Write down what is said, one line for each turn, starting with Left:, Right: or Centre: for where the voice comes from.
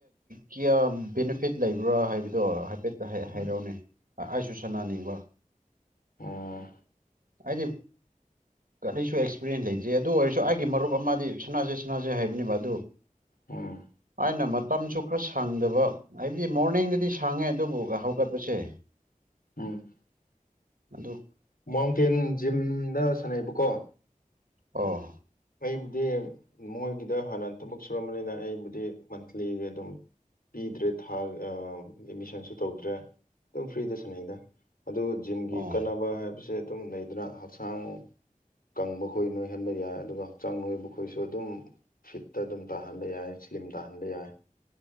Right: ꯀꯌꯥ ꯕꯦꯅꯤꯐꯤꯠ ꯂꯩꯕ꯭ꯔꯥ ꯍꯥꯏꯕꯗꯣ ꯍꯥꯏꯐꯦꯠ ꯀ ꯍꯥꯏꯔꯛꯑꯣꯅꯦ
Left: ꯎꯝ
Right: ꯑꯩꯁꯨ ꯁꯅꯥꯅꯤꯡꯕ
Left: ꯑꯣ
Right: ꯑꯩꯗꯤ ꯀꯔꯤꯁꯨ ꯑꯦꯛꯁꯄꯤꯔꯤꯟꯁ ꯂꯩꯇꯦ ꯑꯗꯨ ꯑꯣꯏꯔꯁꯨ ꯑꯩꯒꯤ ꯃꯔꯨꯞ ꯑꯃꯗꯤ ꯁꯅꯥꯁꯦ ꯁꯅꯥꯁꯦ ꯍꯥꯏꯕꯅꯦꯕ ꯑꯗꯨ
Left: ꯎꯝ
Right: ꯥꯑꯩꯅ ꯃꯇꯝꯁꯨ ꯈꯔ ꯁꯪꯗꯕ ꯍꯥꯏꯕꯗꯤ ꯃꯣꯔꯅꯤꯡꯗꯗꯤ ꯁꯪꯉꯦ ꯑꯗꯨꯕꯨ ꯍꯧꯒꯠꯄꯁꯦ
Left: ꯎꯝ
Right: ꯑꯗꯣ
Left: ꯃꯇ ꯖꯤꯝꯗ ꯁꯅꯏꯕꯀꯣ
Right: ꯑꯣ
Left: ꯑꯩꯕꯨꯗꯤ ꯃꯣꯏꯒꯤꯗ ꯍꯥꯟꯅ ꯊꯕꯛ ꯁꯨꯔꯝꯕꯅꯤꯅ ꯑꯩꯕꯨꯗꯤ ꯃꯟꯠꯂꯤ ꯑꯗꯨꯝ ꯄꯤꯗ꯭ꯔꯦ ꯊꯥ ꯑꯦꯠꯃꯤꯁꯟꯁꯨ ꯇꯧꯗ꯭ꯔꯦ ꯑꯗꯨꯝ ꯐ꯭ꯔꯤꯗꯁꯨꯅ ꯑꯩꯅ ꯑꯗꯨ ꯖꯤꯝꯒꯤ
Right: ꯑꯣ
Left: ꯀꯥꯟꯅꯕ ꯍꯥꯏꯕꯁꯦ ꯑꯗꯨꯝ ꯂꯩꯗꯨꯅ ꯍꯛꯆꯥꯡ ꯀꯪꯕ ꯈꯣꯏ ꯅꯣꯏꯍꯟꯕ ꯌꯥꯏ ꯑꯗꯨꯒ ꯍꯛꯆꯥꯡ ꯅꯣꯏꯕꯈꯣꯏꯁꯨ ꯑꯗꯨꯝ ꯐꯤꯠꯇ ꯑꯗꯨꯝ ꯇꯥꯍꯟꯕ ꯌꯥꯏ ꯁ꯭ꯂꯤꯝ ꯇꯥꯍꯟꯕ ꯌꯥꯏ